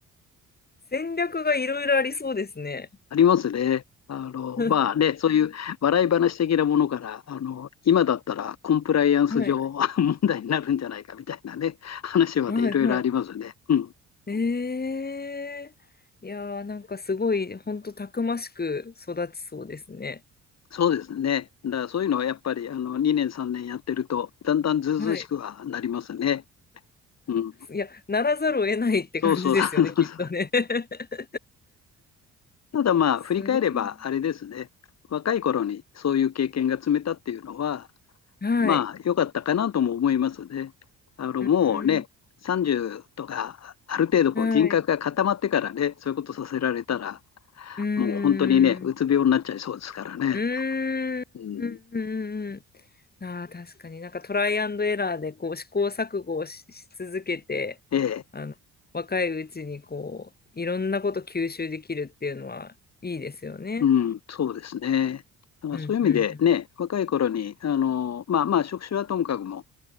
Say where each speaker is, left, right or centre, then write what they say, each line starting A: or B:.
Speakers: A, on the left; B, on the left.
A: 戦略がいろいろありそうですね。
B: ありますね。あの、
A: <laughs>
B: まあね、そういう笑い話的なものから、あの、今だったらコンプライアンス上
A: はい、
B: <laughs> 問題になるんじゃないかみたいなね、話までいろいろありますね。
A: はい、は
B: うん。
A: い。ええいやー、なんかすごい、ほんとたくましく育ちそうですね。
B: そうですね。だからそういうのはやっぱり、あの、2年3年やってると、だんだんずうずうしくはなりますね。
A: はい。
B: うん。
A: いや、ならざるを得ないって感じですよね、
B: そうそう。<laughs>
A: きっとね。<laughs>
B: ただまあ、
A: すごい。
B: 振り返れば、あれですね。若い頃にそういう経験が積めたっていうのは、
A: はい。
B: まあ、良かったかなとも思いますね。あの、
A: うん。
B: もうね、30とか、ある程度こう人格が固まってからね、
A: はい。
B: そういうことさせられたら、
A: うん。
B: もう本当にね、うつ病になっちゃいそうですからね。
A: うん。
B: うん、
A: うん。うんああ確かになんかトライアンドエラーでこう試行錯誤をし、し続けて、
B: ええ、
A: あの、若いうちにこう、いろんなこと吸収できるっていうのはいいですよね。
B: うん、そうですね。だからそういう意味でね、
A: うんうんうん。す
B: 若い頃に、あの、まあまあ、職種はともかくも、